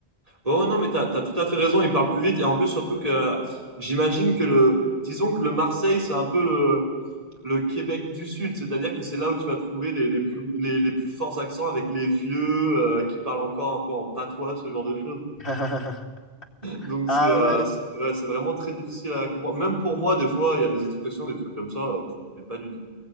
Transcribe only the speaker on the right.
oh non mais t'as t'as tout à fait raison, il parle plus vite et en plus surtout que euh, j'imagine que le disons que le Marseille c'est un peu le le Québec du Sud, c'est-à-dire que c'est là où tu vas trouver les, les plus les, les plus forts accents avec les vieux euh, qui parlent encore un peu en patois, ce genre de choses.
Donc
c'est euh,
c'est ouais, c'est vraiment très difficile à comprendre. Même pour moi, des fois, il y a des expressions, des trucs comme ça, euh, pff, j'ai pas du tout.